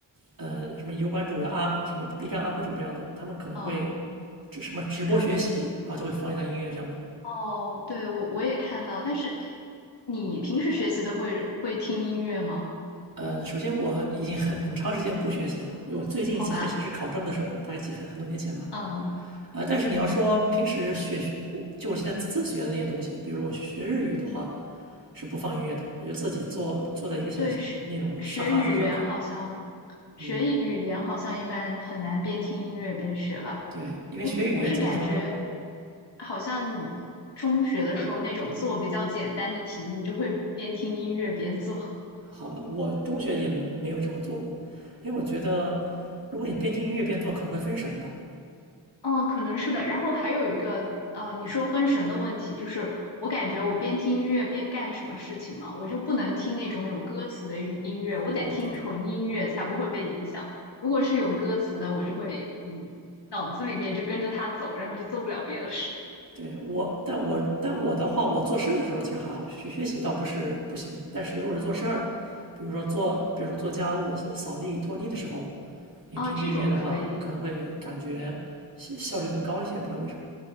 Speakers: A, on the right; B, on the left.
A: 呃什么油管主呀啊，什么 B 站 UP 主这样的，他们可能会
B: 嗯，
A: 这什么直播学习，
B: 专门。
A: 然后就会放一段音乐这样的。
B: 哦，对，我我也看到，但是你平时学习的会会听音乐吗？
A: 呃，首先我已经很很长时间不学习了，因为我最近一次学习是考证的时候，
B: 好吧，
A: 大概几很很多年前吧。
B: 嗯。
A: 呃，但是你要说平时学我就我现在自学的那些东西，比如说我学日语的话是不放音乐的，我就自己坐坐在一个小那种沙发子上看。
B: 对，学学语言好像学语语言好像一般很难边听音乐边学吧。
A: 嗯，对，因为学语言怎么说呢？
B: 我我是感觉好像中学的时候那种做比较简单的题目，就会边听音乐边做。
A: 好吧，我中学也没有这么做过，因为我觉得如果你边听音乐边做，可能会分神吧。
B: 嗯，可能是的。然后还有一个，呃，你说分神的问题，就是我感觉我边听音乐边干什么事情嘛，我就不能听那种有歌词的音音乐，我得听纯音乐才不会被影响。
A: 哦，对
B: 如果是有歌词的，我就会，嗯，脑子里面就跟着它走，然后就做不了别的事。
A: 对，我但我但我的话，我做事儿的时候其实还好，学学习倒不是不行，但是如果是做事儿，比如说做比如说做家务、扫扫地、拖地的时候，你听听音乐的话，
B: 哦，这种可以。
A: 可能会感觉效效率更高一些，不知道为什么。